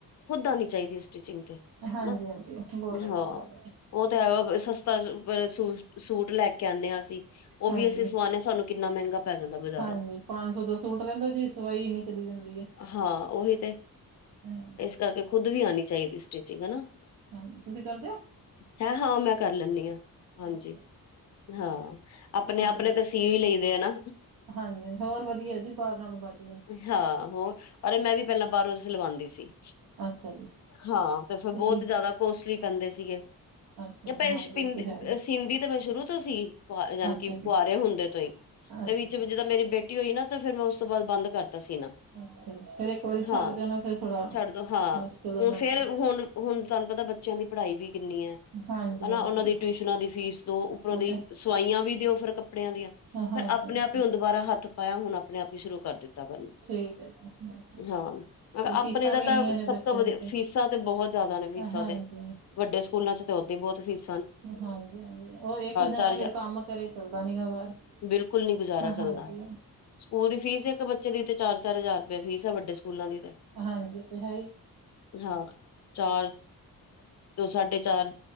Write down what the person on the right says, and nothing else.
ਹਾਂਜੀ
ਹਾਂਜੀ, ਬੋਤ ਅੱਛੀ
ਗੱਲ ਐ।
ਹਾਂਜੀ
ਹਾਂਜੀ
ਪੰਜ ਸੌ ਦਾ ਸੂਟ ਲਲੋ ਜੀ ਸਵਾਈ ਏਨੀ ਚਲੀ ਜਾਂਦੀ ਐ।
ਹਾਂ।
ਹਾਂਜੀ ਤੁਸੀਂ ਕਰਦੇ ਔ।
ਅੱਛਾ ਜੀ ਠੀਕ
ਹੈ
ਹੋਰ ਵਧੀਆ
ਹਾਂਜੀ ਹੋਰ ਵਧੀਆ ਜੀ ਪਾਰ ਨਾਲ ਬਸ
ਅੱਛਾ ਜੀ
ਤੁਸੀਂ
ਅੱਛਾ ਜੀ
ਹਾਂਜੀ
ਉਹ ਤੇ ਹੈ ਹੀ
ਅੱਛਾ
ਜੀ
ਅੱਛਾ
ਜੀ
ਅੱਛਾ ਜੀ ਫੇਰ ਇੱਕ ਵਾਰੀ
ਛੱਡ ਦਿਓ ਨਾ ਫੇਰ ਥੋੜਾ
ਮੁਸ਼ਕਿਲ ਹੋ
ਜਾਂਦਾ
ਹਾਂਜੀ
ਹਾਂਜੀ
ਉਹ
ਹਾਂ ਹਾਂਜੀ।
ਹਾਂਜੀ
ਠੀਕ ਹੈ ਜੀ ਹਾਂਜੀ
ਤੇ
ਫੀਸਾਂ
ਵੀ ਇੰਨੀਆਂ
ਨੇ
ਬੱਚਿਆਂ
ਦੀ
ਹਾਂਜੀ
ਹਾਂਜੀ ਹਾਂਜੀ, ਉਹ ਇੱਕ ਜਣਾ
ਫਿਰ ਕੰਮ ਕਰੇ ਚੱਲਦਾ ਨੀਂ ਗਾ ਘਰ।
ਹਾਂ
ਹਾਂਜੀ
ਹਾਂਜੀ ਉਹ ਤੇ ਹੈ ਈ।